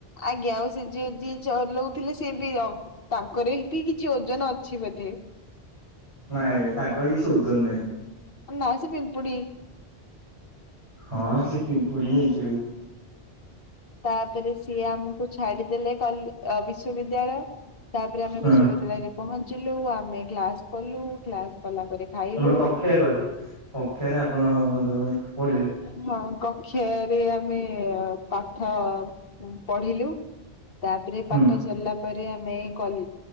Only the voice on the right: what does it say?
ନାଁଇ ନାଁଇ ତାଙ୍କର କିଛି ଓଜନ ନାଁଇ।
ହଁ ସେ ପିମ୍ପୁଡି ହେଇଥିବେ।
ହଁ
ତାପର କକ୍ଷିଆ କଲି। କକ୍ଷିୟରେ ଆପଣ ପଢିଲେ।
ହୁଁ